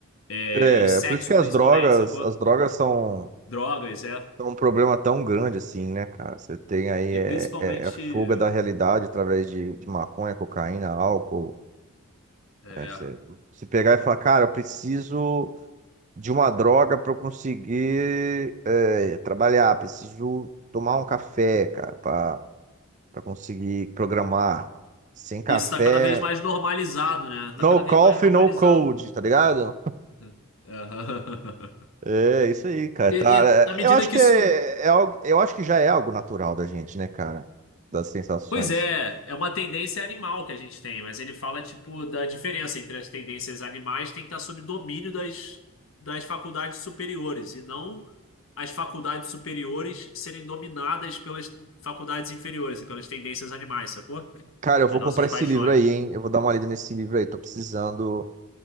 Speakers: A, on the left; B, on the right.
A: é,
B: É,
A: e sexo
B: é por isso que as
A: principalmente,
B: drogas,
A: sacou?
B: as drogas são,
A: Drogas, é.
B: são um problema tão grande assim, né, cara? Você tem aí
A: E
B: é,
A: principalmente.
B: é, é a fuga da realidade através de, de maconha, cocaína, álcool.
A: é,
B: né? Você se pegar e falar, cara, eu preciso de uma droga pra eu conseguir é, trabalhar, preciso tomar um café, cara, pra, pra conseguir programar. Sem café
A: isso tá cada vez mais normalizado, né?
B: No
A: Tá cada vez
B: coffee,
A: mais normalizado.
B: no code, tá ligado?
A: <laughs>
B: É isso aí, cara.
A: E,
B: Tá,
A: e na medida
B: é, eu acho
A: que
B: que
A: isso.
B: é, é algo, eu acho que já é algo natural da gente, né, cara? Das sensações.
A: Pois é, é uma tendência animal que a gente tem, mas ele fala, tipo, da diferença entre as tendências animais tem que estar sob domínio das, das faculdades superiores, e não as faculdades superiores serem dominadas pelas faculdades inferiores e pelas tendências animais, sacou?
B: Cara, eu vou
A: Das nossas
B: comprar
A: paixões.
B: esse livro aí, hein? Eu vou dar uma lida nesse livro aí. Tô precisando